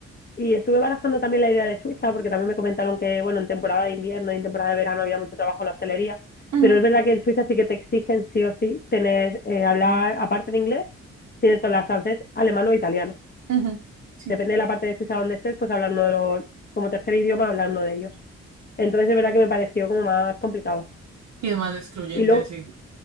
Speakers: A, on the left; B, on the right.
A: Y estuve barajando también la idea de Suiza, porque también me comentaron que, bueno, en temporada de invierno y en temporada de verano había mucho trabajo en la hostelería,
B: ujú,
A: pero es verdad que en Suiza sí que te exigen sí o sí tener, eh, hablar, aparte de inglés, tienes que hablar francés, alemán o italiano.
B: ujú, Sí.
A: Depende de la parte de Suiza donde estés, pues hablar uno de los, como tercer idioma, hablar uno de ellos. Entonces es verdad que me pareció como más complicado.
B: Y demás excluyente,
A: Y luego,
B: sí.